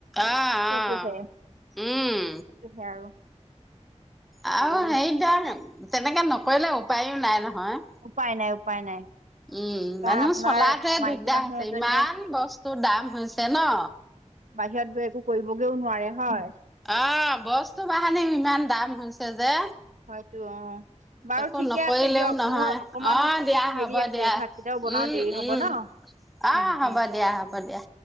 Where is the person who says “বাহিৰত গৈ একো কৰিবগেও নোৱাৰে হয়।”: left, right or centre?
Right